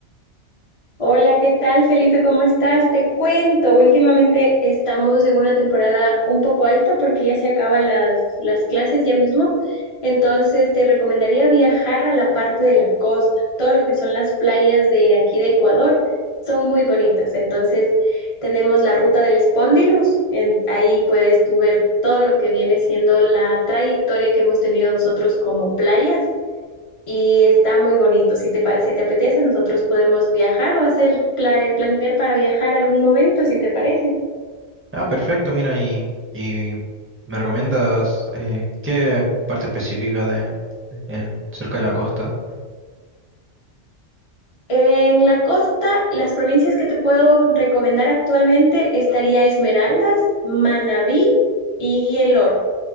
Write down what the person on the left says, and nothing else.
Hola, ¿qué tal, Felipe? ¿Cómo estás? Te cuento, últimamente estamos en una temporada un poco alta porque ya se acaban las, las clases ya mismo. Entonces, te recomendaría viajar a la parte de la costa. Todo lo que son las playas de aquí de Ecuador son muy bonitas. Entonces, tenemos la ruta del Spondylus. En- ahí puedes tú ver todo lo que viene siendo la trayectoria que hemos tenido nosotros como playas y está muy bonito. Si te, pa- si te apetece, nosotros podemos viajar o hacer pla- planear para viajar algún momento, si te parece.
En la costa, las provincias que te puedo recomendar actualmente estaría Esmeraldas, Manabí y El Oro.